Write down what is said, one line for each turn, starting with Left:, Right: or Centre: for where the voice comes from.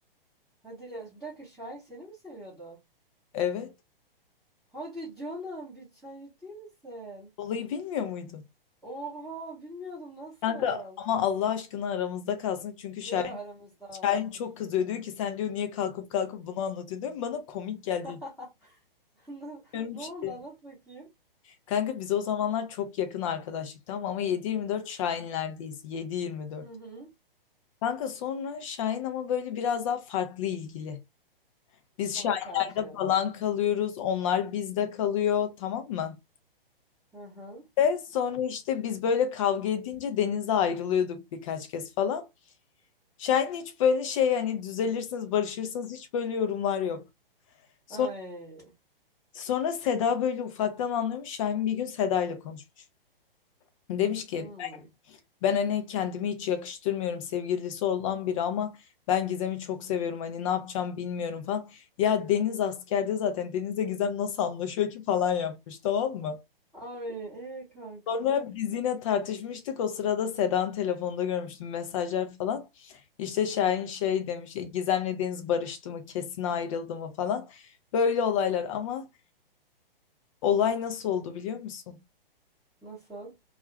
Centre: Hadi ya bir dakika Şahin seni mi seviyordu?
Left: Evet.
Centre: Hadi canım bir çay ciddi misin?
Left: Olayı bilmiyor muydun?
Centre: Oha bilmiyordum nasıl?
Left: Kanka ama Allah aşkına aramızda kalsın. Çünkü Şahin,
Centre: Yo yo aramızda.
Left: Şahin çok kızıyor. Diyor ki sen diyor niye kalkıp kalkıp bunu anlatıyorsun diyor. Bana komik geldi.
Centre: <laughs> Ne,
Left: Bilmiyorum
Centre: ne oldu
Left: şey.
Centre: anlat bakayım.
Left: Kanka biz o zamanlar çok yakın arkadaşlık tamam ama 7-24 Şahinlerdeyiz. 7-24.
Centre: Hı hı.
Left: Kanka sonra Şahin ama böyle biraz daha farklı ilgili. Biz
Centre: Sana
Left: Şahinlerde
Centre: karşı.
Left: falan kalıyoruz. Onlar bizde kalıyor tamam mı?
Centre: Hı hı.
Left: Ve sonra işte biz böyle kavga edince denize ayrılıyorduk birkaç kez falan. Şahin hiç böyle şey hani düzelirsiniz, barışırsınız hiç böyle yorumlar yok. Sonra,
Centre: Ay.
Left: sonra Seda böyle ufaktan anlıyormuş. Şahin bir gün Seda ile konuşmuş. Demiş ki
Centre: Hı.
Left: ben hani kendimi hiç yakıştırmıyorum sevgilisi olan biri ama ben Gizem'i çok seviyorum. Hani ne yapacağım bilmiyorum falan. Ya Deniz askerde zaten Deniz'le Gizem nasıl anlaşıyor ki falan yapmış tamam mı?
Centre: Ay e kanka.
Left: Sonra biz yine tartışmıştık. O sırada Sedan telefonda görmüştüm mesajlar falan. İşte Şahin şey demiş, "E, Gizem'le Deniz barıştı mı, kesin ayrıldı mı falan. Böyle olaylar ama olay nasıl oldu biliyor musun?
Centre: Nasıl?